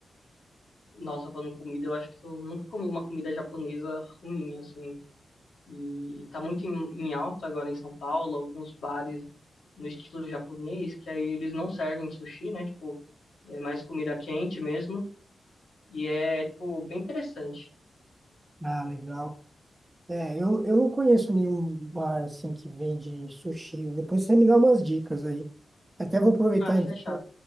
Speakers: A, on the left; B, on the right.
A: Nossa, falando comida, eu acho que eu nunca comi uma comida japonesa ruim, assim. E tá muito em, em alta agora em São Paulo, alguns bares no estilo japonês, que aí eles não servem sushi, né? Tipo, é mais comida quente mesmo. E é, tipo, bem interessante.
B: Ah, legal. É, eu, eu não conheço nenhum bar assim que vende sushi. Depois você me dá umas dicas aí. Até vou aproveitar
A: Ah, fechado.
B: então.